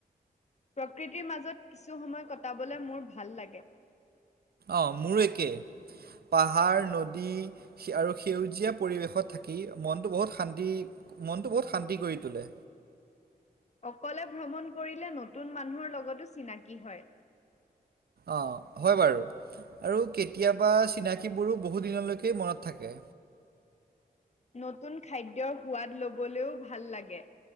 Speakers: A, on the left; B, on the right.
A: প্ৰকৃতিৰ মাজত কিছু সময় কটাবলৈ মোৰ ভাল লাগে।
B: অ, মোৰ একে পাহাৰ, নদী সে আৰু সেউজীয়া পৰিৱেশত থাকি মনটো বহুত শান্তি মনটো বহুত শান্তি কৰি তোলে।
A: অকলে ভ্ৰমণ কৰিলে নতুন মানুহৰ লগতো চিনাকী হয়।
B: অ, হয় বাৰু আৰু কেতিয়াবা চিনাকিবোৰো বহু দিনলৈকে মনত থাকে।
A: নতুন খাদ্যৰ সোৱাদ লবলৈও ভাল লাগে।